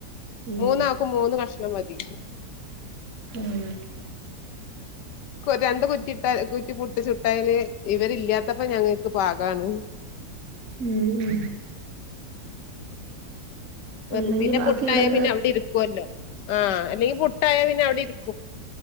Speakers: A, on the right; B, on the left.
A: ഉം
B: മൂന്ന ആക്കും മൂന്ന് കഷണം മതി
A: ആഹ
B: രണ്ട് കുറ്റി ഇട്ട കുറ്റി പൊട്ടിച്ചുട്ടായല് ഇവരില്ലാത്തപ്പോ ഞങ്ങക്ക് പാകമാണ്
A: ഉ ഉ
B: വെറ
A: അല്ലെങ്കി
B: പിന്നെ
A: ബാക്കി
B: പുട്ടായ
A: കിടന്ന്
B: പിന്നെ അവിടെ ഇരിക്കുവല്ലോ ആ അല്ലെങ്കിൽ പുട്ടായ പിന്നെ അവിടെ ഇും